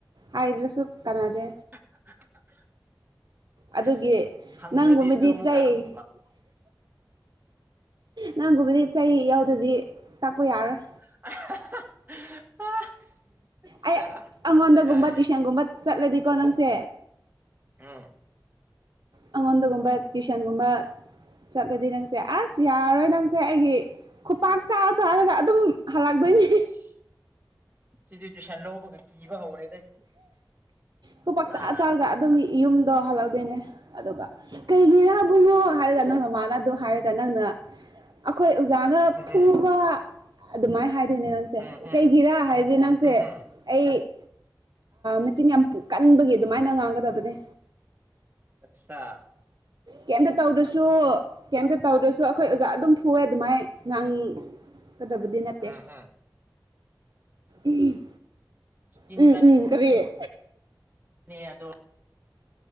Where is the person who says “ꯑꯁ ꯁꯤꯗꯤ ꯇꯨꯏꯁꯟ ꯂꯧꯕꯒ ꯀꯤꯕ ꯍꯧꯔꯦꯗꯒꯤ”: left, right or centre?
Right